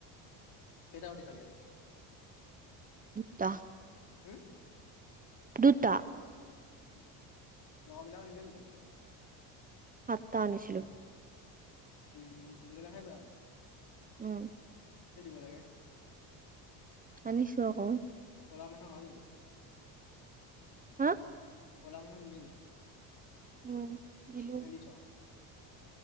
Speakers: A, on the left; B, on the right.
A: কেইটা ৰুটি খালি আজি
B: দুটা
A: হুম
B: দুুটা
A: লগৰ বিলাকক নিদিয় নেকি আজিকালি?
B: সাতটা আনিছিলোঁ
A: ইষ্টিৰি গোটেই কেইটা খাই পেলালা
B: উম
A: থৈ দিব লাগে
B: আনিছোঁ আক
A: ক'লা মানুহক আৰু নিদিম
B: হা
A: ক'লা মানুহক নিদিবি
B: উম দিলোঁ
A: নে দিছ?